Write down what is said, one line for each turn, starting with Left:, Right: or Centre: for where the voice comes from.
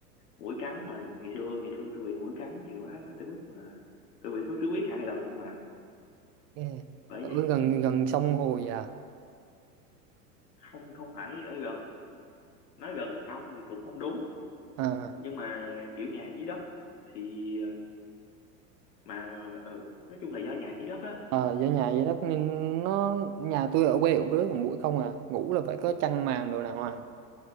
Left: mũi cắn mà ngày xưa ngày xưa tôi bị mũi cắn nhiều quá mà tới mức mà tôi bị sốt xuất huyết hai lần luôn mà
Right: Yeah.
Left: bởi
Right: ở
Left: vậy
Right: gần gần sông hồ vậy à
Left: không không phải ở gần nói gần xong thì cũng không đúng
Right: à
Left: nhưng mà kiểu nhà dưới đất thì ờ, mà ừ nói chung là do nhà dưới đất á
Right: ờ, do nhà vậy đó nên nó nhà tôi ở quê cũng rứa còn mũi không à ngủ là phải có chăn màn đồ đàng hoàng